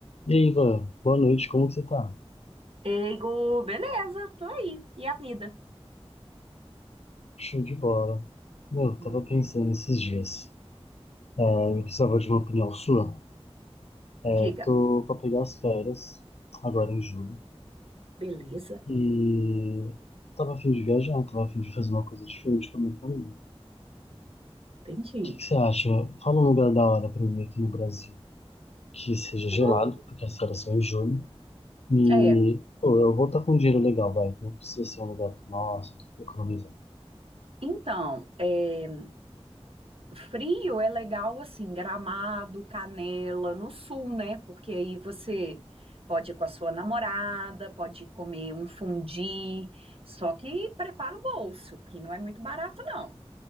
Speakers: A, on the left (about 75°); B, on the right (about 60°).
A: E aí, Ivan, boa noite, como que você tá?
B: Eigo, beleza, tô aí. E a vida?
A: Show de bola. Meu, eu
B: Hum,
A: tava pensando esses dias, é, eu precisava de uma opinião sua. É,
B: diga,
A: tô pra pegar as férias, agora em julho,
B: beleza,
A: e tava a fim de viajar, tava a fim de fazer uma coisa diferente com a minha família. O
B: entendi.
A: que que você acha? Fala um lugar da hora pra mim aqui no Brasil, que seja gelado,
B: Hum,
A: porque as férias são em julho, e
B: É,
A: pô, eu vou estar com um dinheiro legal, vai, não precisa ser um lugar, nossa, economizar.
B: então, é, frio é legal assim, Gramado, Canela, no sul, né? Porque aí você pode ir com a sua namorada, pode comer um fundi, só que prepara o bolso, que não é muito barato, não.